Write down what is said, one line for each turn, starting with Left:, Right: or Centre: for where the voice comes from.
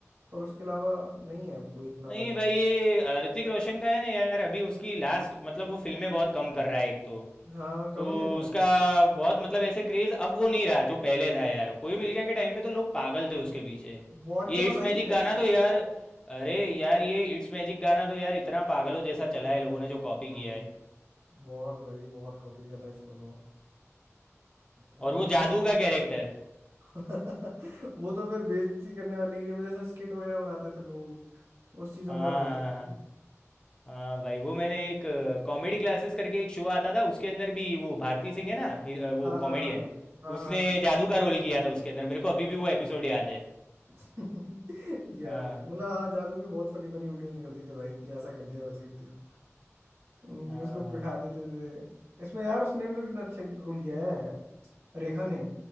Right: पर उसके अलावा नहीं है आपको इतना
Left: नहीं
Right: बचा
Left: भाई ये अ, ऋतिक रोशन का है ना यार अभी उसकी लास्ट मतलब वो फिल्में बहुत कम कर रहा है एक तो
Right: हाँ कम
Left: तो
Right: ही करने लग
Left: उसका
Right: गया बहुत
Left: बहुत मतलब ऐसे क्रेज अब वो नहीं रहा जो पहले था यार कोई मिल गया के टाइम पे तो लोग पागल थे उसके पीछे
Right: वॉर
Left: ये
Right: के बाद
Left: इट्स
Right: आई
Left: मैजिक
Right: है क्या
Left: गाना
Right: इसकी
Left: तो यार अरे यार ये इट्स मैजिक गाना तो यार इतना पागलों जैसा चला है लोगों ने जो कॉपी
Right: हम्म
Left: किया है
Right: बहुत भाई बहुत कॉपी किया था इसको तो मैं
Left: और वो जादू का कैरेक्टर
Right: <laughs> वो तो फिर बेइज्जती करने वाली के लिए मतलब जैसे स्किट वगैरह बनाते थे लोग उस चीजों
Left: हाँ
Right: में बहुत
Left: हाँ
Right: चला था
Left: हाँ हाँ हाँ भाई वो मैंने एक कॉमेडी क्लासेस करके एक शो आता था उसके अंदर भी वो भारती सिंह है ना ही- अ, वो
Right: हाँ हाँ
Left: कॉमेडियन
Right: हाँ हाँ
Left: उसने
Right: हाँ हाँ
Left: जादू का रोल किया था उसके अंदर मेरे को अभी भी वो एपिसोड याद है
Right: <laughs> यार
Left: हाँ
Right: मतलब हाँ जादू की बहुत फनी फनी वीडियोस निकलती थी भाई कि ऐसा कर दिया वैसा कर दिया। हम्म,
Left: हाँ
Right: उसको बिठा देते थे इसमें यार उसने भी तो कितना अच्छा रोल किया है रेखा ने